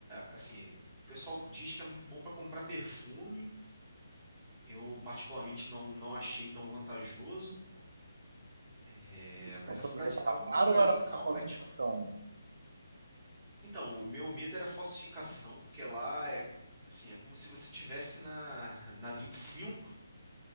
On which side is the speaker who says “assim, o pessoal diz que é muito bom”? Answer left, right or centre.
Centre